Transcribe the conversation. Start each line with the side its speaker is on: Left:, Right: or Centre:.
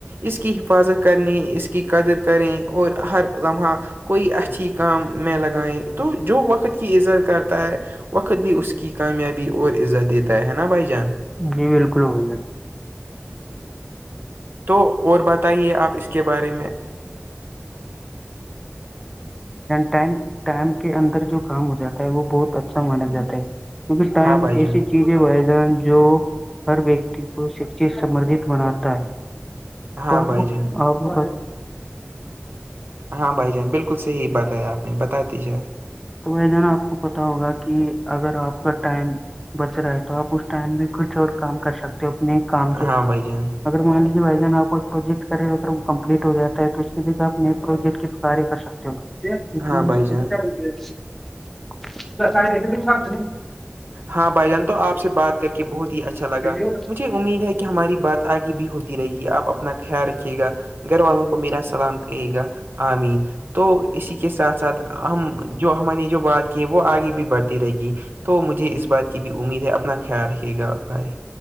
Right: اس کی حفاظت کرنے اس کی قدر کریں اور ہر لمحہ کوئی اچھی کام میں لگائیں تو جو وقت کی عزت کرتا ہے وقت بھی اس کی کامیابی اور عزت دیتا ہے نا بھائی جان
Centre: جی بالکل وہی جات <unintelligible>
Right: تو اور بتائیے آپ اس کے بارے میں
Centre: ٹم ٹائم کے اندر جو کام ہو جاتا ہے وہ بہت اچھا مانا جاتا ہے کیونکہ ٹائم
Right: ہاں بھائی
Centre: ایسی
Right: جان
Centre: چیز جی بھائی جان جو ہر ویکتی کو شک سمردت بناتا ہے
Right: ہاں
Centre: تو آپ
Right: بھائی
Centre: کو
Right: جان
Centre: آپ کو
Right: ہاں بھائی جان بالکل صحیح بتایا آپ نے بتا دی جائے
Centre: تو وہ ج نا آپ کو پتا ہوگا کہ اگر آپ کا ٹائم بچ رہا ہے تو آپ اس ٹائم میں کچھ اور کام کر سکتے ہو اپنے کام کے علاوہ
Right: ہاں بھائی
Centre: میں
Right: جان
Centre: اگر مان لیجیے بھائی جان آ کو پروجیکٹ کرے ہو اگر وہ کمپلیٹ ہو جاتا ہے تو اس کے آپ نئے پروجیکٹ کیاری کر سکتے ہو <unintelligible>
Right: ہاں بھائی جان ہاں بھائی جان تو آپ سے بات کر کے بہت ہی اچھا لگا
Centre: ہو
Right: مجھے امید ہے کہ ہماری بات آگے بھی ہوتی رہے گی آپ اپنا خیال رکھیے گا گھر والوں کو میرا سلام کہے گا آمین تو اسی کے ساتھ ساتھ ہم جو ہم نے جو بات کی وہ آگے بھی بڑھتی رہے گی تو مجھے اس بات کی بھی امید ہے اپنا خیال رکھیے گا بھائی